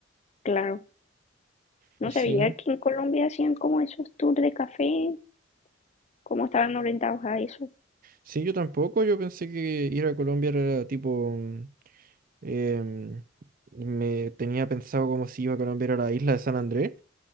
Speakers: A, on the left; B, on the right.
A: claro. No
B: Y sí,
A: sabía que en Colombia hacían como esos tours de café, cómo estaban orientados a eso,
B: sí, yo tampoco, yo pensé que ir a Colombia era tipo, mm, em, me tenía pensado como si iba a Colombia era la isla de San Andrés.